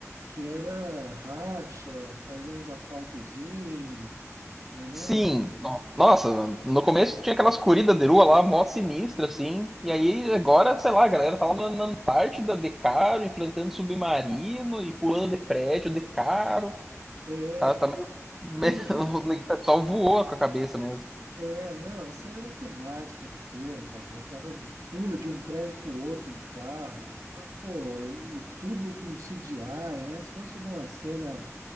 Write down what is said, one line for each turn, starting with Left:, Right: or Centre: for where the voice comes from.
Right: Que era racha, fazer uns assaltozinhos, né?
Centre: Sim, no- nossa, no começo tinha aquelas corridas de rua lá, mó sinistra, assim. E aí agora, sei lá, a galera tá lá na, na Antártida de caro, enfrentando submarino e pulando de prédio de caro.
Right: É,
Centre: Tá, tá meio... <laughs> meio,
Right: pula de um...
Centre: O pessoal voou com a cabeça mesmo.
Right: É, não, saiu da temática do filme, cara. O cara pula de um prédio pro outro de carro. Você fala, pô, e tudo com CGI, né? Se fosse alguma cena